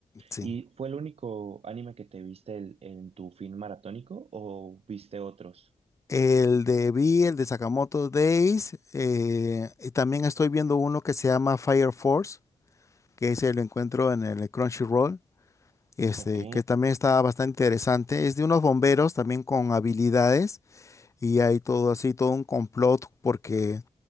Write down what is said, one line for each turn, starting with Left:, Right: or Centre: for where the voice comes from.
Left: Sí.
Right: ¿Y fue el único anime que te viste el- en tu fin maratónico o viste otros?
Left: El de Vi, el de Sakamoto Days, eh, y también estoy viendo uno que se llama Fire Force, que ese lo encuentro en el Crunchyroll, este,
Right: Ok.
Left: que también está bastante interesante. Es de unos bomberos también con habilidades, y hay todo así, todo un complot, porque